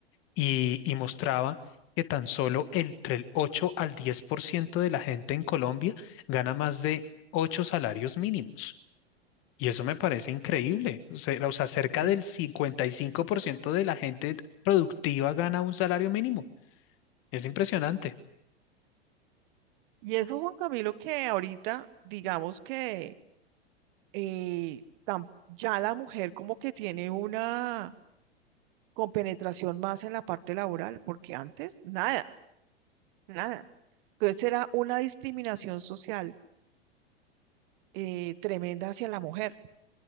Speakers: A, on the left; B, on the right.
A: y, y mostraba que tan solo el- entre el 8 al 10% de la gente en Colombia gana más de 8 salarios mínimos. Y eso me parece increíble.
B: Así es.
A: O sea, o sea, cerca
B: Sí.
A: del 55% de la gente productiva gana un salario mínimo. Es impresionante.
B: Y eso, Juan Camilo, que ahorita digamos que eh, tam- ya la mujer como que tiene una con penetración más en la parte laboral, porque antes nada, nada. Entonces era una discriminación social eh, tremenda hacia la mujer.